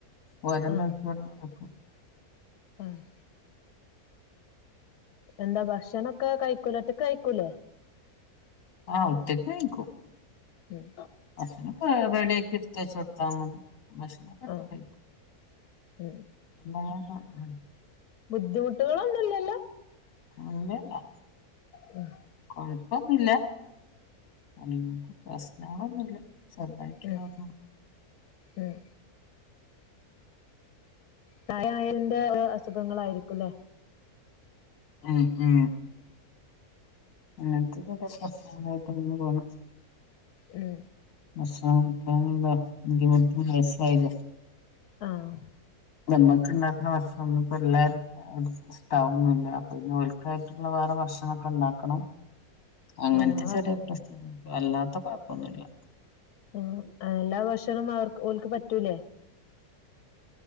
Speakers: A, on the left; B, on the left.
A: ഓരെനോക്കി
B: ആഹ്
A: ഓരോന്നുവെക്കും
B: ആഹ് എന്താ ഭക്ഷണമൊക്കെ കഴിക്കൂലെ ഒറ്റക്കു കയിക്കൂലേ
A: ആഹ് ഒറ്റക്കുകയിക്കും
B: ഉം
A: ഭക്ഷണമൊക്കെ റെടിയാക്കി എടുത്തുവച്ച്കൊടുത്താൽമതി ഭക്ഷണം ഭക്ഷണം ഒക്കെ
B: ആഹ്
A: കഴിക്കും
B: ഉം
A: <inaudible>
B: ബുദ്ധിമുട്ടുകളൊന്നുമില്ലല്ലോ
A: ഒന്നുല്ല
B: ഉം
A: കൊഴപ്പമൊന്നുല്ല അങ്ങനത്തെ പ്രശ്നങ്ങളൊന്നുമില്ല ചെറുതാട്ടുള്ളതു
B: ഉം ഉം പ്രായായതിന്റെ അസുഖങ്ങളായിരിക്കുലെ
A: ഉം ഉം അങ്ങൻത്തെ പ്രശ്നങ്ങളായ്ട്ട് ഇങ്ങനെ പോണ്
B: ഉം
A: ഭക്ഷണം കഴ്ക്കാനുള്ള ബീദ്ധിമുട്ടും വയസ്സായിലെ
B: ആഹ്
A: ഞമ്മക്ക് ഇണ്ടാക്ക്ണ ഭഷ്ണം ഇപ്പ എല്ലാർക് ഇശ്താവൊന്നുല്ല അപ്പൊ പിന്നെ ഒൽക്കായിട്ട്ള്ള വേറെ ഭക്ഷണൊക്കെ ഇണ്ടാക്കണം അങ്ങൻത്തെ
B: ആഹ്
A: ചെറി പ്രശ്നങ്ങ അല്ലാത്ത കൊഴപ്പൊന്നുല്ല
B: ആഹ് എല്ലാ ഭക്ഷണൊന്ന് അവർക്ക് ഓൽക്ക് പറ്റൂലെ